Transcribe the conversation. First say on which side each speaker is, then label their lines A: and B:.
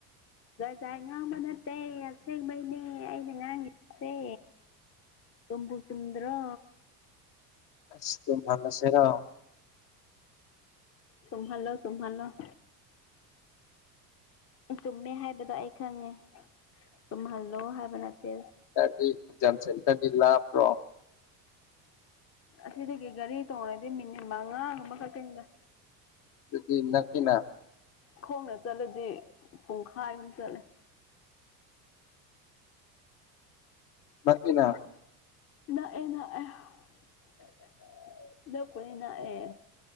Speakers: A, on the left (about 30°); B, on the left (about 50°).
A: ꯖꯥꯏ ꯉꯥꯡꯕ ꯅꯠꯇꯦ ꯑꯁꯦꯡꯕꯩꯅꯦ ꯑꯩꯅ ꯉꯥꯡꯈꯤꯕꯁꯦ ꯇꯝꯄꯨ ꯁꯨꯝꯗ꯭ꯔ
B: ꯑꯁꯇꯚꯜꯁꯦꯔꯣ
A: ꯇꯨꯝꯍꯜꯂꯣ ꯇꯨꯅꯣ ꯆꯨꯝꯃꯦ ꯍꯥꯏꯕꯗꯣ ꯑꯩ ꯈꯪꯉꯦ ꯆꯨꯝꯍꯜꯂꯣ ꯍꯥꯏꯕ ꯅꯠꯇꯦ
B: ꯗꯤ ꯖꯝꯁꯦꯟꯗꯔꯗꯤ ꯂꯥꯛꯄ꯭ꯔꯣ
A: ꯑꯁꯤꯗꯒꯤ ꯒꯥꯔꯤ ꯇꯣꯡꯉꯔꯗꯤ ꯃꯤꯅꯤꯠ ꯃꯉꯥ ꯑꯃꯈꯛꯇꯪꯗ
B: ꯑꯗꯨꯗꯤ ꯅꯀꯤꯅ
A: ꯈꯣꯡꯅ ꯆꯠꯂꯗꯤ ꯄꯨꯡꯈꯥꯏꯒꯨꯝ ꯆꯠꯂꯦ
B: ꯃꯅ
A: ꯅꯥꯥꯛꯑꯦ ꯅꯥꯑꯦꯗ ꯀꯅꯤ ꯅꯥꯥꯛꯑꯦ